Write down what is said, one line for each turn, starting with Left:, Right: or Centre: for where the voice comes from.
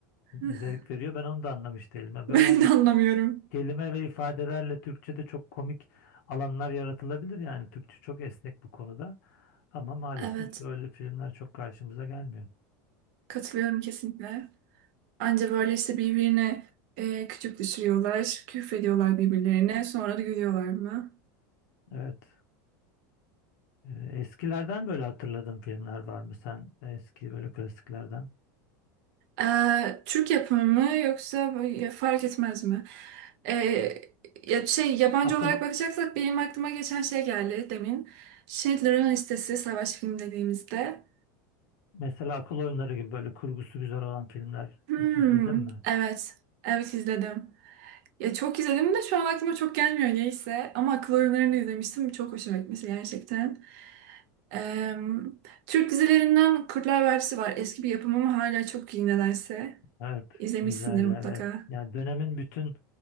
Right: <laughs>
Left: e, zevk veriyor ben onu da anlamış değilim. Ya Böyle
Right: Ben
Left: hani
Right: de anlamıyorum.
Left: kelime ve ifadelerle Türkçe'de çok komik alanlar yaratılabilir yani. Türkçe çok esnek bu konuda. Ama maalesef
Right: Evet,
Left: böyle filmler çok karşımıza gelmiyor.
Right: katılıyorum kesinlikle. Anca böyle işte birbirine e, küçük düşürüyorlar, küfrediyorlar birbirlerine, sonra da gülüyorlar mı?
Left: Evet. Ee, Eskilerden böyle hatırladığın filmler var mı sen? Eski böyle klasiklerden.
Right: Ee, Türk yapımı mı yoksa böyle fark etmez mi? Ee, ya şey yabancı
Left: Akıl,
Right: olarak bakacaksak benim aklıma geçen şey geldi demin. Schindler'ın Listesi savaş filmi dediğimizde.
Left: mesela akıl oyunları gibi böyle kurgusu güzel olan filmler
Right: Hmm,
Left: hiç izledin mi?
Right: evet. Evet izledim. Ya çok izledim de şu an aklıma çok gelmiyor neyse. Ama akıl oyunlarını izlemiştim. Çok hoşuma gitmişti gerçekten. Ee, Türk dizilerinden Kurtlar Vadisi var. Eski bir yapım ama hala çok iyi nedense.
Left: Evet,
Right: İzlemişsindir
Left: güzel ya
Right: mutlaka.
Left: evet. Yani dönemin bütün